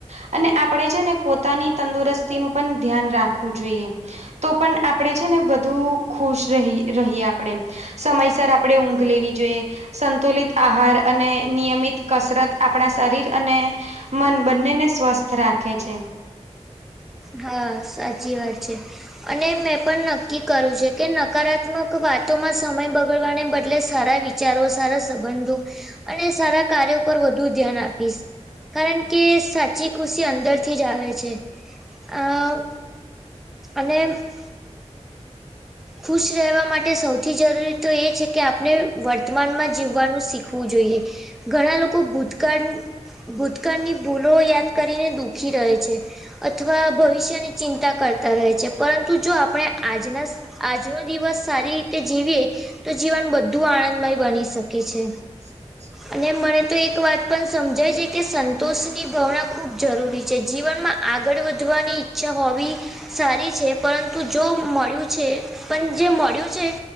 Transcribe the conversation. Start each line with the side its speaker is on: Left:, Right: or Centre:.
Right: અને આપણે છે ને પોતાની તંદુરસ્તીનું પણ ધ્યાન રાખવું જોઈએ. તો પણ આપણેે છે, ને વધુ ખુશ રહી રહીએ આપણેે. સમયસર આપણેે ઊંઘ લેવી જોઈએ સંતુલિત આહાર અને નિયમિત કસરત આપણા શરીર અને મન બંનેને સ્વસ્થ રાખે છે.
Centre: હા સાચી વાત છે અને મે પણ નક્કી કરું છે કે નકારાત્મક વાતોમાં સમય બગડવાને બદલે સારા વિચ વિચારો સારા સંબંધો અને સારા કાર્યો પર વધુ ધ્યાન આપીશ. કારણ કે સાચી ખુશી અંદર થી જ આવે છે. અ અને <unintelligible> ખુશ રહેવા માટે સૌથી જરૂરી તો એ છે કે આપણે વર્તમાનમાં જીવવાનું શીખવું જોઈએ. ઘણા લોકો ભૂતકાળ ભૂતકાળની ભૂલો યાદ કરીને દુઃખી રહે છે. અથવા ભવિષ્યની ચિંતા કરતા રહે છે, પરંતુ જો આપણે આજના આજનો દિવસ સારી રીતે જીવીએ તો જીવન બધુ આનંદમય બની શકે છે.
Right: <inaudible>
Centre: અને મને તો એક વાત પન સમજાય છે, કે સંતોષની ભવના ખૂબ જરૂરી છે જીવનમાં આગળ વધવાની ઈચ્છા હોવી સારી છે, પરંતુ જો મળ્યું છે, પન જે મળ્યું છે